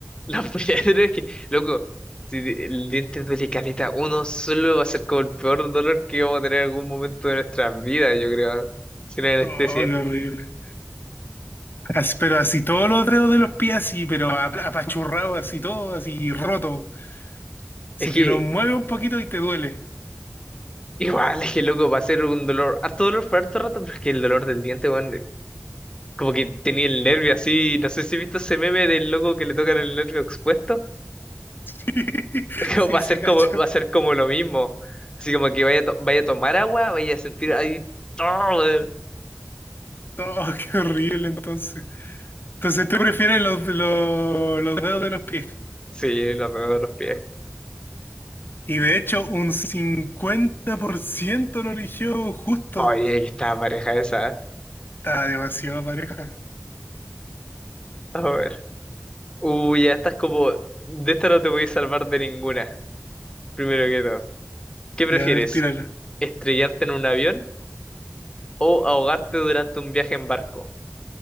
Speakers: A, on the left; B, on the left.
A: los pies, <laughs> es que, loco, si el diente duele caleta, uno solo va a ser como el peor dolor que vamos a tener en algún momento de nuestras vidas, yo creo, sin anestesia.
B: Oh, qué horrible. As- pero así todos los dedos de los pies, así, pero ap- apachurrado, así todo, así roto.
A: Es
B: Así
A: que,
B: que lo mueve un poquito y te duele.
A: igual, es que, loco, va a ser un dolor, harto dolor por harto rato, pero es que el dolor del diente, weón. Como que tenía el nervio así, no sé si he visto ese meme del loco que le tocan el nervio expuesto.
B: <laughs>
A: <laughs>
B: Sí,
A: Como va a
B: sí,
A: ser
B: cacho.
A: como, va a ser como lo mismo. Así como que vaya, a to- vaya a tomar agua, vaya a sentir ahí todo. weón.
B: Oh, qué horrible entonces. Entonces tú prefieres los, los, los dedos de los pies.
A: Sí, lo veo de los pies.
B: Y de hecho, un 50% lo eligió justo.
A: Oye, que está pareja esa. ¿eh?
B: Está demasiado pareja.
A: A ver. Uy, ya estás como. De esta no te voy a salvar de ninguna. Primero que todo. ¿Qué
B: Y
A: prefieres?
B: a ver, tírala.
A: ¿Estrellarte en un avión o ahogarte durante un viaje en barco?